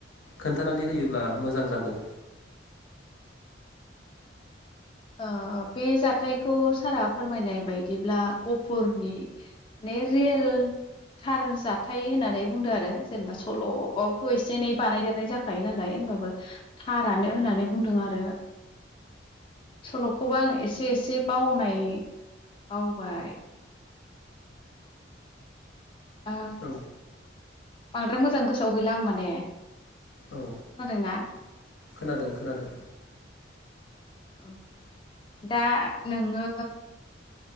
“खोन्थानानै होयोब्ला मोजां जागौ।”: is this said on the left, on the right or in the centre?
Left